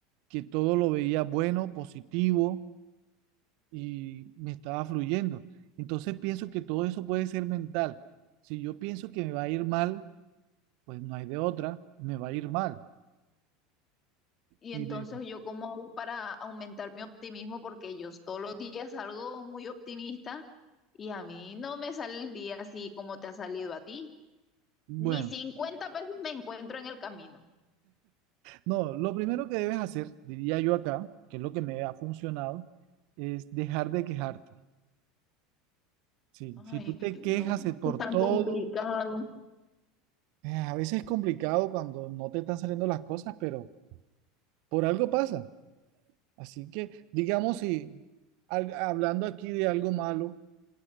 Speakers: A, on the right; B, on the left.
A: que todo lo veía bueno, positivo y me estaba fluyendo. Entonces pienso que todo eso puede ser mental. Si yo pienso que me va a ir mal, pues no hay de otra, me va a ir mal.
B: Y
A: Y
B: entonces
A: de-
B: yo cómo hago para aumentar mi optimismo, porque yo todos los días salgo muy optimista y a mí no me sale el día así como te ha salido a ti.
A: bueno,
B: Ni 50 pesos me encuentro en el camino.
A: no, lo primero que debes hacer, diría yo acá, que es lo que me ha funcionado, es dejar de quejarte. Sí,
B: Ay,
A: si tú te quejas
B: no,
A: de por
B: es tan
A: todo,
B: complicado.
A: eh, a veces es complicado cuando no te están saliendo las cosas, pero por algo pasa. Así que, digamos, si al- hablando aquí de algo malo,